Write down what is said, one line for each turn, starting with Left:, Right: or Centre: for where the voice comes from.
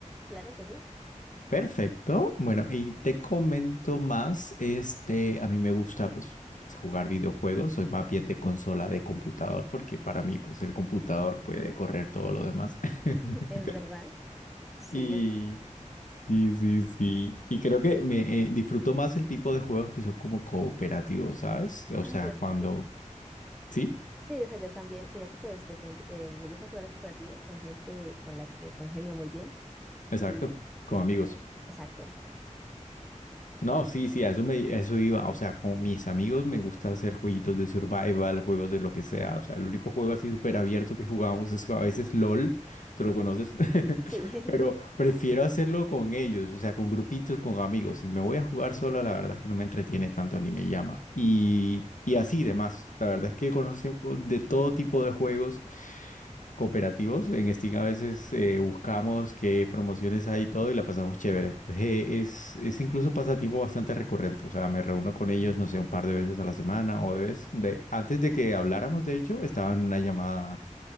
Centre: Claro que sí,
Left: Perfecto, bueno, y te comento más, este, a mí me gusta, pues, jugar videojuegos, soy más bien de consola de computador, porque para mí, pues, el computador puede correr todo lo demás. <laughs>
Centre: <laughs> es verdad. Sí,
Left: Y...
Centre: yo,
Left: Sí, sí, sí. Y creo que me eh, disfruto más el tipo de juegos que son como cooperativos, ¿sabes? O
Centre: ah,
Left: sea,
Centre: yo,
Left: cuando...
Centre: yo-
Left: Sí,
Centre: sí, o sea, yo también, sino que pues depende, eh, me gusta jugar al cooperativo con gente con la que congenio muy bien
Left: exacto,
Centre: y sí,
Left: con amigos.
Centre: exacto.
Left: No, sí, sí, a eso me, a eso iba. O sea, con mis amigos me gusta hacer jueguitos de survival, juegos de lo que sea. O sea, el único juego así súper abierto que jugamos es a veces LOL, tú lo conoces, <laughs>
Centre: Sí,
Left: pero prefiero hacerlo con ellos, o sea, con grupitos, con amigos. Si me voy a jugar solo, la verdad es que no me entretiene tanto ni me llama. Y, y así demás. La verdad es que conocemos de todo tipo de juegos cooperativos. En Steam a veces eh, buscamos qué promociones hay y todo y la pasamos chévere. Entonces, eh, es, es incluso un pasatiempo bastante recurrente. O sea, me reúno con ellos, no sé, un par de veces a la semana o de vez. De, antes de que habláramos, de hecho, estaba en una llamada